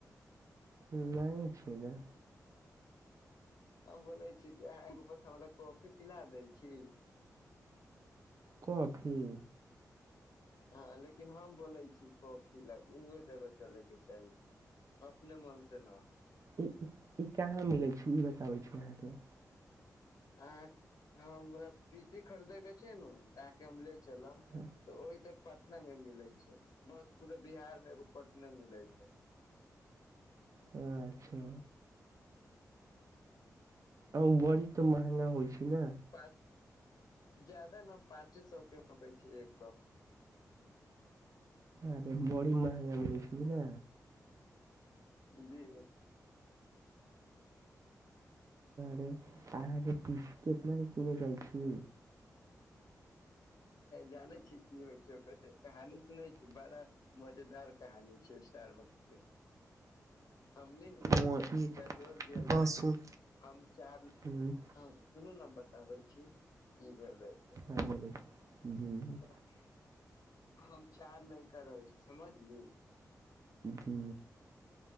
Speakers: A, on the right; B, on the left.
A: ह नहि छी ने
B: हम बोलै छी कि अहाँ हमरा कॉफी पिला दै छी
A: कॉफी
B: हँ लेकिन हम बोलै छी कॉफी ला उहे जगह चले के चाही अपने मन से न
A: ई ई कहाँ मिलै छै ई बताबै छी अहाँके
B: अ हमरा पीसी खरीदे के छै ने तऽ आके हम ले चलब
A: हँ,
B: तऽ ओहि तऽ पटना मे मिलै छै बस पूरा बिहार मे एगो पटने मिले छै
A: अच्छा आ बड़ी तऽ महंगा होइ छै ने
B: पच जादा ने पाँचे सए के रकै छै एक कप
A: अरे बड़ी महंगा मिलै छै बझ ने
B: जी
A: रे अहाँ पीसी कट मने कने जाइ छी
B: जानै छी की होइ छै ओकर कहानी सुनै छी बड़ा मजेदार कानी छै स्टार बकसके हमनी ने
A: हँ ई
B: बंगलोर गेल
A: हँ
B: रहे
A: सुन
B: छी हम चार
A: हूँ,
B: हम सुनू न बताबै छी की भेल रहे
A: हँ बोली जी जी
B: ह हम चार लैका रहै छी समझली
A: जी